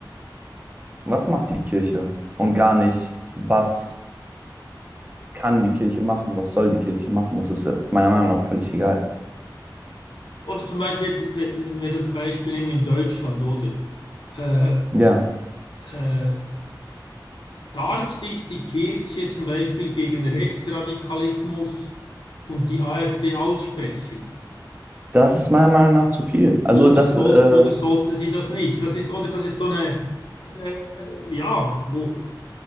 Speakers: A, on the right (about 20°); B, on the left (about 80°).
A: was macht die Kirche? Und gar nicht, was kann die Kirche machen, was soll die Kirche machen? Das ist ja meiner Meinung nach völlig egal.
B: Oder zum Beispiel jetzt, wenn wir das Beispiel nehmen in Deutschland, oder? Äh,
A: Ja,
B: äh, darf sich die Kirche zum Beispiel gegen Rechtsradikalismus und die AfD aussprechen?
A: das ist meiner Meinung nach zu viel. Also
B: Oder,
A: das,
B: soll,
A: äh,
B: oder sollte sie das nicht? Das ist, oder das ist so eine, äh, ja, wo